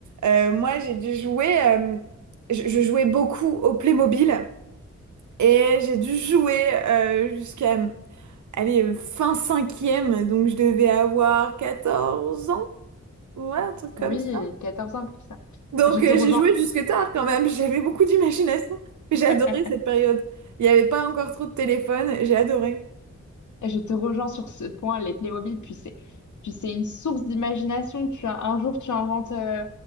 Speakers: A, on the right; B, on the left.
A: euh, moi, j'ai dû jouer. euh, je, je jouais beaucoup au Playmobil et j'ai dû jouer euh, jusqu'à allez, euh, fin cinquième, donc je devais avoir 14 ans, ouais, un truc
B: oui,
A: comme ça.
B: 14 ans, comme ça.
A: Donc
B: Je te
A: euh,
B: rejoins.
A: j'ai joué jusque tard quand même, <laughs> j'avais beaucoup d'imagination. J'ai adoré
B: <laughs>
A: cette période. Il n'y avait pas encore trop de téléphone, j'ai adoré.
B: Je te rejoins sur ce point, les Playmobil, puis c'est, puis c'est une source d'imagination. Tu as, un jour, tu inventes, euh,